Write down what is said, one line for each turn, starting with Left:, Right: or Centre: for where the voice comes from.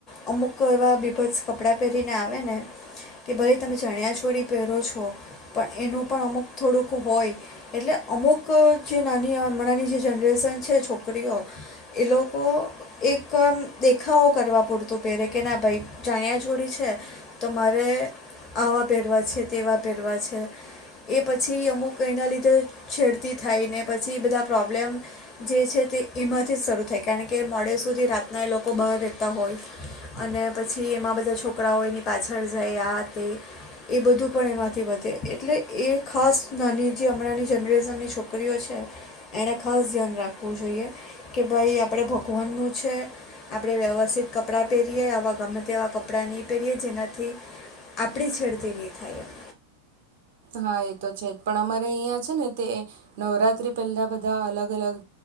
Left: અમુક એવા બીભત્સ કપડાં પહેરીને આવે ને કે ભાઈ તમે ચણિયા છોડી પહેરો છો પણ એનું પણ અમુક થોડુંક હોય એટલે અમુક જે નાની હમણાંની જે જનરેશન છે છોકરી છોકરીઓ એ લોકો એક દેખાવો કરવા પૂરતું પહેરે કે ના ભાઈ જાણ્યા જોડી છે તો મારે આવા પહેરવા છે તેવા પહેરવા છે એ પછી અમુક એના લીધે છેડતી થાય ને પછી બધા પ્રોબ્લેમ જે છે. તે એમાંથી જ શરૂ થાય કારણ કે મોડે સુધી રાતના એ લોકો બહાર રહેતા હોય અને પછી એમાં બધા છોકરાઓ એની પાછળ જાય આ તે એ બધું પણ એમાંથી વધે એટલે એ ખાસ નાની જે હમણાંની જનરેશનની છોકરીઓ છે એણે ખાસ ધ્યાન રાખવું. જોએ કે ભાઈ આપણે ભગવાનનું છે આપણે વ્યવસ્થિત કપડાં પહેરીએ આવા ગમે તે એવાં કપડાં નહીં પહેરીએ જેનાથી આપણી છેડતી નહીં થાય એમ.
Right: હા એ તો છે જ પણ અમારે અહીંયા છે ને તે નવરાતિ પહેલા બધા અલગ અલગ